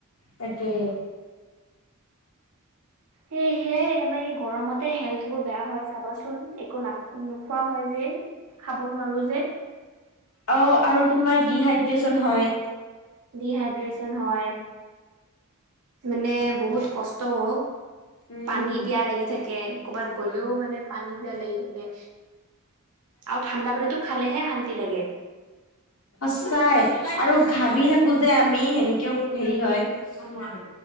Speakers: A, on the left (about 70°); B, on the right (about 80°).
A: তাকে
B: সে সেয়াই আমাৰ এই গৰমতে হেল্থ বোৰ বেয়া হয় চাবাচোন একো ন নোখোৱা হয়। যে খাব নোৱাৰো যে।
A: অ আৰু তোমাৰ ডিহাইড্ৰচন হয়।
B: ডিহাইড্ৰেচন হয় মানে বহুত কষ্টও অ।
A: উম
B: পানী পিয়া লাগি থাকে কৰ'বাত গ'লেও মানে পানী দিয়া লাগি থাকে আৰু ঠাণ্ডা পানীটো খালেহে শান্তি লাগে।
A: সচাই আৰু ঘাবি খোজে আমি সেনেকেও হেৰি হয়।